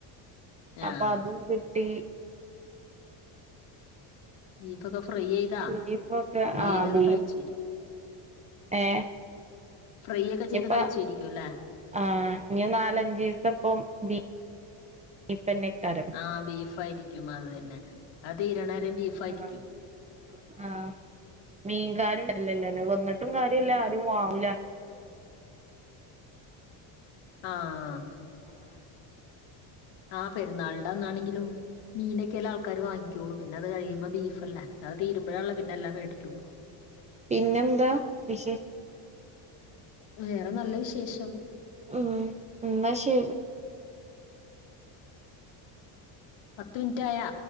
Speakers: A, on the left; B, on the right.
A: ആഹ്
B: അപ്പൊ അതും കിട്ടി
A: ബീഫ ഒക്കെ ഫ്രൈ ചെയ്താ
B: ബീഫൊക്കെ
A: ഫ്രൈ
B: ആഹ്
A: ചെയ്തൊക്കെ
B: ബീഫ്
A: കഴിച്ച്
B: ഏഹ്
A: ഫ്രൈ ഒക്കെ
B: ഇനിപ്പ
A: ചെയ്ത് കഴിച്ചായിരിക്കും അല്ലേ
B: ആഹ് ഇനി നാലഞ്ച് ഈത്തപ്പം ബീ <unintelligible>
A: ആഹ് ബീഫ് ആയിരിക്കും അത് തന്നെ അത് തീരണവരെ ബീഫ് ആയിരിക്കും
B: ആഹ് ആഹ് മീൻകാരും വരുന്നില്ലല്ലേ വന്നിട്ടും കാര്യം ഇല്ല ആരും വാങ്ങൂല.
A: ആഹ്
B: <inaudible>
A: ആഹ് പെരുന്നാളിന്റെ അന്നാണെങ്കിലും മീനൊക്കെയല്ലേ ആൾക ക്കാര് വങ്ങിയ്ക്കൊയുള്ളൂ. പിന്നെ അത് കഴിയുമ്പോ ബീഫല്ലേ അത് തീരുമ്പഴാണല്ലോ പിന്നെല്ലാം മേടിക്കയുള്ളൂ.
B: പിന്നെന്താ വിശേഷ
A: വേറെ നല്ല വിശേഷം
B: ആഹ് എന്നാ ശരി
A: പത്ത് മിനിറ്റ് ആയ